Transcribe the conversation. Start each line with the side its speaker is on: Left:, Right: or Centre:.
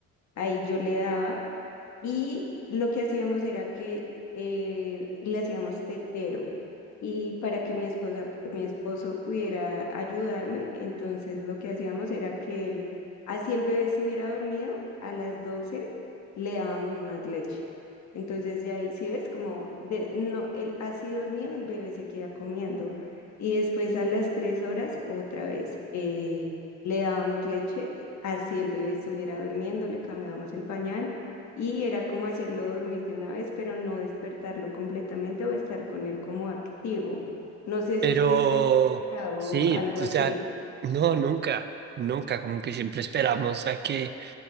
Left: ahí yo le daba y lo que hacíamos era que eh, le hacíamos tetero. Y para que mi esposa, mi esposo pudiera ayudarme, entonces lo que hacíamos era que él, así el bebé estuviera dormido, a las 12 le dábamos más leche. Entonces ya ahí sí ves como de, no, él así dormido el bebé se queda comiendo. Y después a las tres horas otra vez eh, le dábamos leche, así el bebé estuviera durmiendo, le cambiábamos el pañal y era como hacerlo dormir de una vez, pero no despertarlo completamente o estar con él como activo. No sé
Right: Pero
Left: si ustedes han estado
Right: sí,
Left: algo
Right: o
Left: así.
Right: sea, no, nunca, nunca, como que siempre esperamos a que,